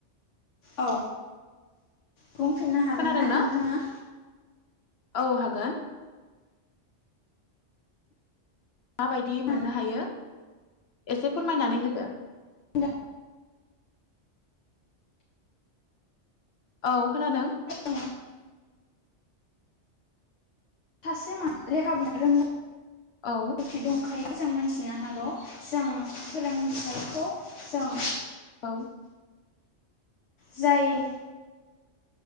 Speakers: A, on the left; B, on the left.
A: औ बुंफिननो हागोन
B: खोनादोंना
A: ना नोंथाङा?
B: औ हागोन। माबायदि
A: खोनादों
B: मोननो हायो। एसे फोरमायनानै होदो
A: दा
B: औ खोनादों
A: औ सासे म लेखा बुं रों <unintelligible>
B: औ
A: खि दंखायो जों मानसि फिनो हागौ जों सोलोंथाइखौ जों <unintelligible>
B: औ
A: जायो।